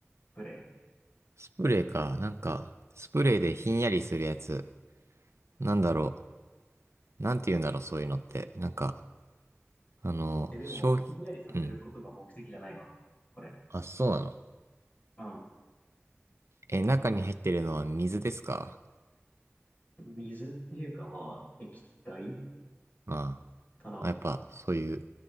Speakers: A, on the left; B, on the right.
A: プレ
B: スプレーか。なんか、スプレーでひんやりするやつ。なんだろう。なんて言うんだろう、そういうのって。なんか、あの、
A: イ。え、でも、
B: 消費、
A: ひんやりさせることが目的じゃないわ。
B: うん。
A: これ。
B: あ、そうなの。
A: うん。
B: え、中に入ってるのは水ですか
A: 水っていうかまあ、液体
B: あ
A: かな。
B: あ。やっぱ、そういう、